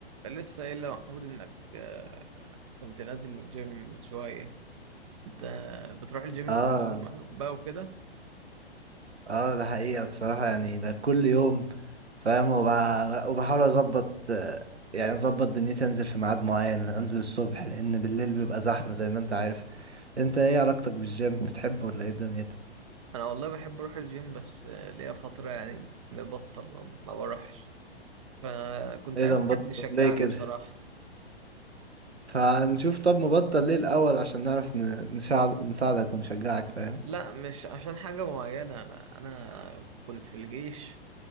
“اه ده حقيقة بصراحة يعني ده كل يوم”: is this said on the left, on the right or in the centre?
Right